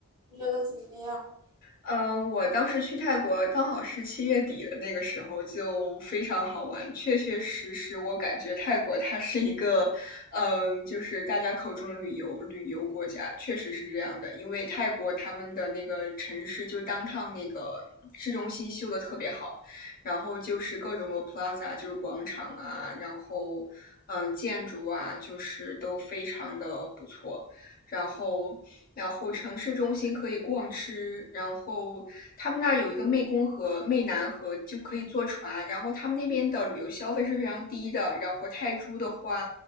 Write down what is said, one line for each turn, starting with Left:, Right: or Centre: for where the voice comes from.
Right: 你觉得怎么样？
Left: 嗯，我当时去泰国刚好是七月底的那个时候，就非常好玩。确确实实，我感觉泰国它是一个，嗯，就是大家口中的旅游旅游国家，确实是这样的。因为泰国他们的那个城市，就当趟那个市中心修的特别好，然后就是各种的 plaza，就是广场啊，然后嗯，建筑啊，就是都非常的不错。然后然后城市中心可以逛吃，然后他们那儿有一个湄公河、湄南河，就可以坐船。然后他们那边的旅游消费是非常低的。然后泰铢的话，